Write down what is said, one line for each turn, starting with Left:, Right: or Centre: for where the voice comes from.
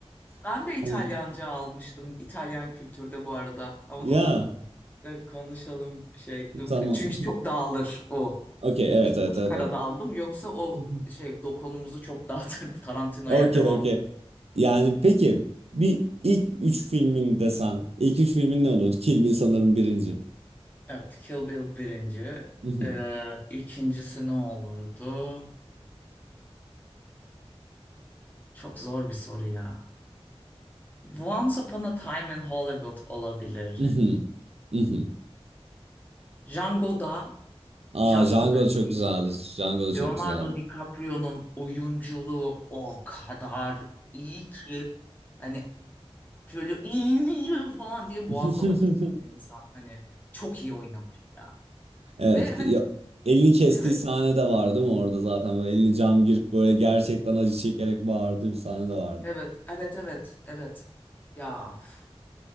Left: Ben
Right: <laughs>
Left: de İtalyanca
Right: Hani,
Left: almıştım. İtalyan kültürde bu arada. Onu,
Right: Ya
Left: onu e, konuşalım şey.
Right: tamam.
Left: Çünkü çok dağılır o.
Right: Okey evet
Left: İtalyan
Right: evet evet.
Left: karada
Right: evet.
Left: aldım. Yoksa o
Right: Hı hı.
Left: şey dokunumuzu çok dağıtır. <laughs> Tarantino'ya
Right: Okey
Left: devam.
Right: okey. Yani peki bir ilk üç filmin desen ilk üç filmin ne olurdu? Kill Bill sanırım birinci.
Left: Evet, Kill Bill birinci.
Right: Mhm,
Left: Ee, ikincisi ne olurdu? Çok zor bir soru ya. Once Upon a Time in Hollywood olabilir.
Right: mhm, mhm.
Left: Django'da,
Right: Aa
Left: Django'da
Right: Django da çok
Left: şey,
Right: güzeldi. Django da çok
Left: Leonardo
Right: güzeldi.
Left: DiCaprio'nun oyunculuğu o kadar iyi ki hani şöyle "İyi" falan diye boğazlamak
Right: <laughs>
Left: istiyor insan. Hani çok iyi oynamış ya.
Right: Evet.
Left: Ve hani
Right: ya- elini kestiği
Left: evet,
Right: sahne de vardı mı orada zaten böyle elini cam girip böyle gerçekten acı çekerek bağırdığı bir sahne de vardı.
Left: evet, evet, evet, evet. Ya üf.